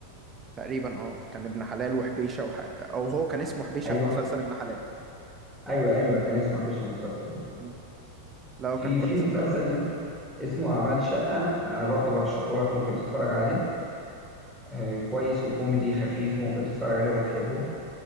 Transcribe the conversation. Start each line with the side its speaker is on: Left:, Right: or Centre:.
Right: تقريبا اه كان ابن حلال وحبيشة وح... أو هو كان اسمه حبيشة
Centre: أيوه
Right: في مسلسل
Centre: حبيش.
Right: ابن حلال
Centre: أيوه أيوه كان اسمه حبيش المسلسل ابن حلال
Right: مم. لا هو
Centre: في
Right: كان كويس
Centre: في مسلسل اسمه اسمه أعمال شقة أنا برضه برشحه لك ممكن تتفرج عليه آه كويس وكوميدي خفيف ممكن تتفرج عليه وهتحبه